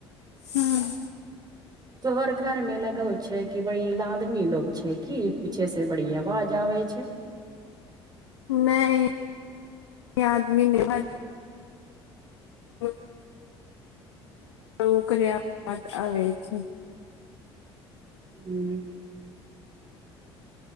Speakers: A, on the left; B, on the right.
A: हुँ <inaudible>
B: तोहर घर मे लगो छै कि बड़ी लादमी लोग छै की पीछे से बड़ी अवाज आबै छै।
A: नय आदमी नय <inaudible> ओ ओकरे आ <unintelligible> आबै छै।
B: हूँ